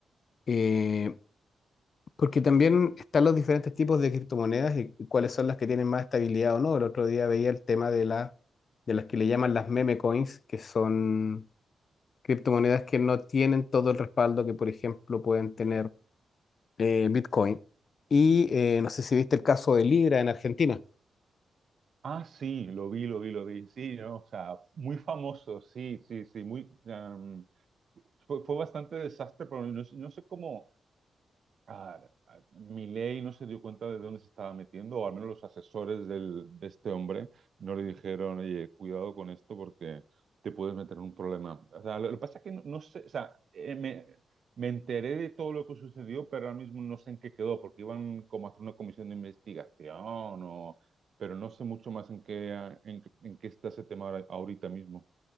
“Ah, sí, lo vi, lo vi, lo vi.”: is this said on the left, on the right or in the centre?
Right